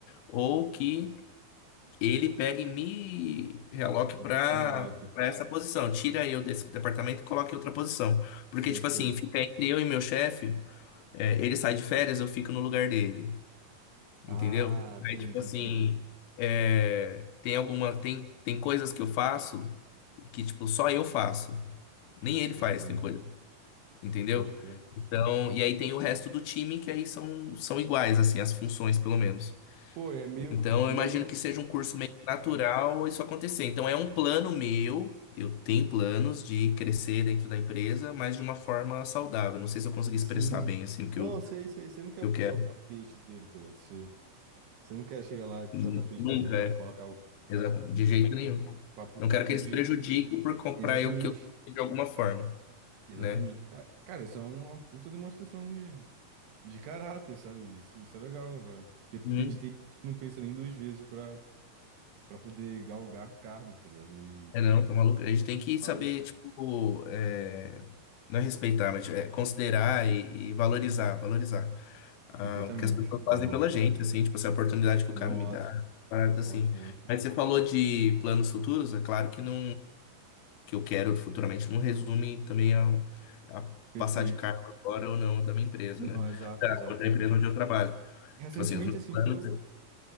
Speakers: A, on the left; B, on the right.
A: ou que ele pegue e me reloque
B: Eu
A: para
B: te ralar aqui,
A: para essa posição. Tira eu desse departamento e coloque em outra posição. Porque,
B: perfeito.
A: tipo assim, fica entre eu e meu chefe, é, ele sai de férias, eu fico no lugar dele.
B: Ah,
A: Entendeu?
B: entendi,
A: Aí, tipo assim,
B: entendi.
A: é, tem alguma, tem, tem coisas que eu faço que, tipo, só eu faço. Nem ele
B: Exatamente.
A: faz, tem coisa entendeu?
B: Pode crer.
A: Então, e aí tem o resto do time que aí são, são iguais, assim, as funções, pelo menos.
B: Pô, é meio,
A: Então,
B: meio,
A: eu imagino que seja um curso meio natural isso acontecer. Então, é um plano meu, eu tenho planos de crescer dentro da empresa, mas de uma forma saudável. Não sei se eu consegui
B: sim.
A: expressar bem, assim, o
B: Não,
A: que eu,
B: sei, sei, você não quer
A: eu
B: puxar
A: quero.
B: o tapete dele, tá ligado? Você, você não quer chegar lá e puxar
A: N-
B: o tapete
A: Nunca,
B: dele,
A: é.
B: colocar o tá,
A: Exato, de jeito nenhum.
B: papo,
A: Não
B: papo
A: quero que eles
B: de.
A: prejudiquem por comprar
B: Exatamente,
A: eu que eu de alguma forma,
B: exatamente.
A: né?
B: Ca- Cara, isso é uma puta demonstração de, de caráter, sabe? Isso, isso é legal, velho. Porque tem,
A: Hum.
B: tem gente que não pensa nem duas vezes pra, pra poder galgar cargos, tá ligado? E.
A: É, não, tá maluco. A gente tem que saber,
B: Tá louco.
A: tipo, é, não é respeitar, mas tipo, é considerar e, e valorizar, valorizar ah,
B: Perfeitamente.
A: o que as pessoas
B: Ô,
A: fazem pela gente, assim, tipo, essa oportunidade que o
B: Não,
A: cara me
B: ótimo,
A: dá, parada assim.
B: ótimo, ótimo.
A: Mas você falou de planos futuros, é claro que não, que eu quero futuramente não resume também ao- a,
B: Perfeito.
A: passar de cargo agora ou não da minha empresa,
B: Não,
A: né?
B: exato,
A: Da,
B: exato,
A: da
B: exato.
A: empresa onde eu trabalho.
B: Recentemente,
A: Tipo assim, os meus
B: assim,
A: planos,
B: pro,